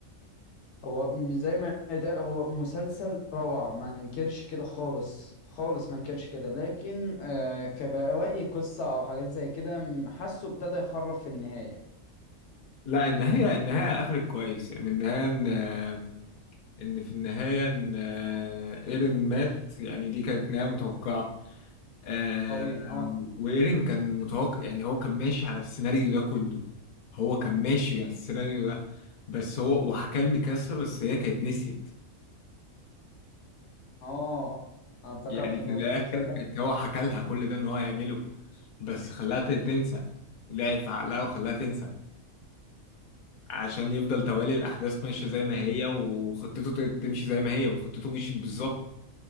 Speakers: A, on the left (about 60°); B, on the left (about 80°).
A: هو م- زي ما يتقال هو مسلسل روعه ما انكرش كده خالص خالص ما انكرش كده لكن آه كبواقي قصه او حاجات زي كده م- حاسه ابتدى يخرب في النهايه
B: لا النهاية النهاية قفلت كويس يعني النهاية إن إن في النهاية إن آه، إيرين مات يعني دي كانت نهاية متوقعة آه،
A: طبيعي اه
B: وإيرين كان متوقع يعني هو كان ماشي على السيناريو ده كله هو كان ماشي على السيناريو ده بس هو وحكى لميكاسا بس هي كانت نسيت
A: اه انا افتكرت
B: يعني
A: النقطه
B: في الاخر
A: دي تصدق
B: كانت هو حكى لها كل ده ان هو هيعمله بس خلاها ت- تنسى لعب في عقلها وخلاها تنسى عشان يفضل توالي الاحداث ماشيه زي ما هي وخطته ت- تمشي زي ما هي وخطته مشيت بالظبط